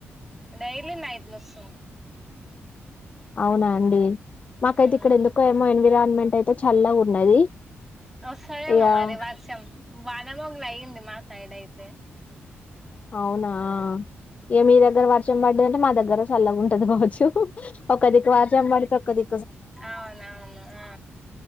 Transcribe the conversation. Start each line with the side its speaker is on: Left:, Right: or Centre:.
Centre: డైలీ నైట్లోస్సుంది
Left: అవునా అండి మాకైతే
Centre: ఆ
Left: ఇక్కడ ఎందుకో ఏమో ఎన్విరాన్మెంట్ యితే చల్లగా ఉన్నది
Centre: సరేమ్
Left: ఇగ
Centre: మరి వర్షం వాడ మొగల అయ్యింది మా సైడ్ అయితే
Left: అవునా ఇగ మీ దగ్గర వర్షం పడ్డదంటే మా దగ్గర చల్లం ఉంటది గావచ్చు ఒకదిక వర్షం బడితే ఒకది
Centre: అవున అవును అ